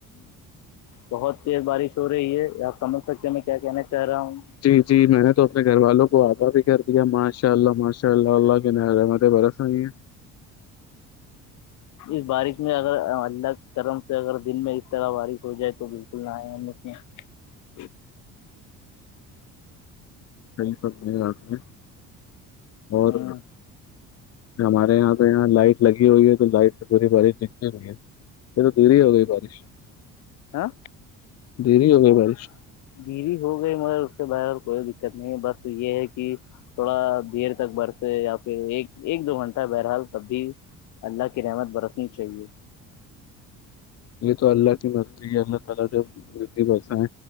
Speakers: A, on the left; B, on the left.
A: بہت تیز بارش ہو رہی ہے آپ سمجھ سکتے میں کیا کہنا چاہ رہا ہوں
B: جی جی میں نے تو اپنے گھر والوں کو آگاہ بھی کر دیا ماشاء اللہ ماشاء اللہ اللہ کے نت ا برا س نہیں ہے
A: اس بارش میں اگر اللہ کرم سے اگر دن میں اس طرح بارش ہو جائے تو بالکل نہ آیا ہم مھ یہ
B: صی سب ہیں اور
A: ہ
B: ہمارے یہاں پہ یہاں لائٹ لگی ہوئی ہے تو لائٹ سے بری بار دکتے بھی ہے یہ تو دری ہو گئی بارش
A: ہاں
B: دھیری ہو گئی بارش
A: بیوی ہو گئی مگر اس کے باہر کوئی دقت نہیں ہے بس یہ ہے کہ تھوڑا دیر تک برس یا پھر ایک ایک دو گھنٹہ بہرحال تب بھی اللہ کی رحمت برفنی چاہیے
B: یہ تو اللہ کی مرضی ہے اللہ تع مری بسا ہے